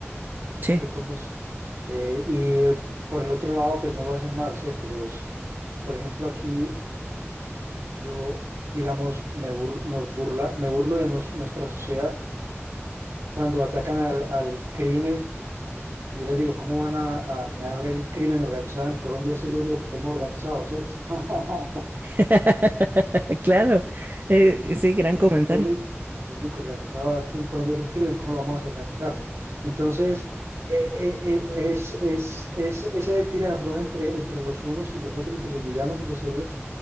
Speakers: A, on the right (about 75°); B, on the right (about 45°).
A: ese tipo
B: Sí.
A: de cosas. Eh, y eh, por el otro lado, pues no lo hacen mal, ¿cierto? Los, por ejemplo, aquí yo, digamos, me, bur- nos burla, me burlo de nos- nuestra sociedad cuando atacan al, al crimen. Yo les digo, ¿cómo van a, a dañar el crimen organizado en Colombia? Ese es lo único que tenemos organizado, ¿cierto? <laughs>
B: <laughs> Claro. Eh,
A: Correcto,
B: sí, gran
A: es
B: comentario.
A: lo único, lo único organizado aquí en Colombia es el crimen, ¿cómo lo vamos a organizar? Entonces, eh, eh, eh, es, es, es ese tira de afloja entre, entre los unos y los otros, entre los villanos y los héroes.